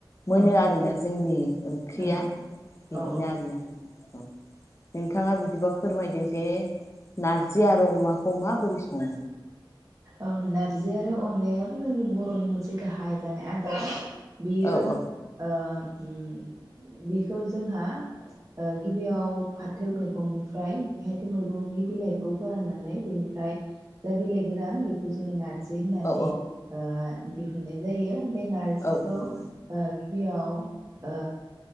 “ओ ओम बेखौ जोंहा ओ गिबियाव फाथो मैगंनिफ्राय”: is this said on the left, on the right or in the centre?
Right